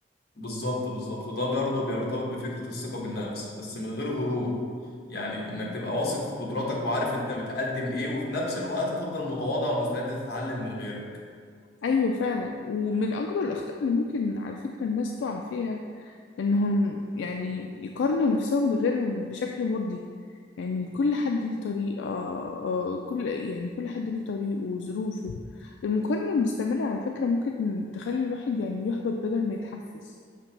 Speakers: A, on the left; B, on the left.
A: بالظبط بالظبط وده برضه بيرتبط بفكرة الثقة بالنفس بس من غير غرور يعني انك تبقى واثق في قدراتك وعارف انت بتقدم ايه وفي نفس الوقت تفضل متواضع ومستعد تتعلم من غيرك
B: أيوة فعلا ومن أكبر الأخطاء اللي ممكن على فكرة الناس تقع فيها إنهم يعني يقارنوا نفسهم بغيرهم بشكل مرضي يعني كل حد ليه طريقة آه، كل يعني كل حد ليه طريقه وظروفه المقارنة المستمرة على فكرة ممكن تخلي الواحد يعني يحبط بدل ما يتحفز